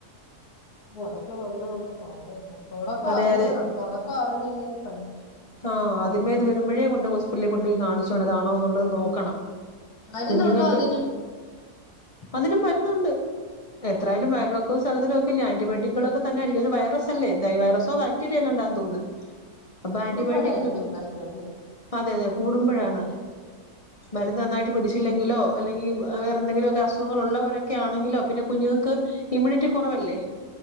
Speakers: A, on the left; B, on the left.
A: അതൊക്കെ വന്ന ഒന്നും പറയണ്ട തുടക്കം
B: അതെ
A: അറിയണം
B: അതെ
A: തുട ഇപ്പറഞ്ഞില്ലേ പറഞ്ഞു
B: ആ ആദ്യമേയിത് വരുമ്പഴേ കൊണ്ട് ഹോസ്പിറ്റലി കൊണ്ടോയി കാണിച്ചോണം ഇതാണോന്ന്ള്ളത് നോക്കണം
A: മരുന്നുണ്ടോ
B: കുഞ്ഞുങ്ങക്ക്
A: അതിന്
B: അതിനും മരുന്നുണ്ട് എത്രായാലും
A: ഉണ്ട്.
B: വയറിളൊക്കൊ ചർദിലൊക്കെല്ലേ? ആന്റിബയോട്ടിക്കുകളൊക്കെ തന്നായിരിക്കും ഇതൊരു വൈറസല്ലേ എന്തായാലും വൈറസോ, ബാക്ടീരിയെങ്ങാണ്ടാന്ന് തോന്നുന്ന് അപ്പൊ
A: കൂടുമ്പോഴായിരിക്കും
B: ആന്റിബയോട്ടിക്
A: പ്രശ്നം അല്ലേ
B: അതെയതെ കൂടുമ്പഴാണ് മരുന്ന് നന്നായിട്ട് പിടിച്ച് ട്ടില്ലെങ്കിലോ അല്ലെങ്കി വേറെന്തെങ്കിലുവൊക്കെ അസുഖങ്ങളുള്ളവരൊക്കെയാണെങ്കിലോ പിന്നെ കുഞ്ഞുങ്ങക്ക് ഇമ്മ്യൂണിറ്റി കൊറവല്ലേ?